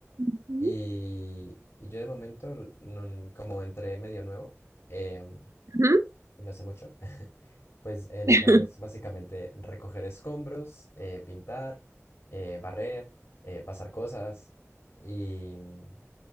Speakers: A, on the right; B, on the left.
A: Ujú.
B: Y, y yo de momento, l- no- como entré medio nuevo em,
A: Ujú.
B: y no sé mucho, <laughs> pues eh, lo
A: <laughs>
B: que hago es básicamente recoger escombros, eh, pintar, eh, barrer, eh, pasar cosas y, mm,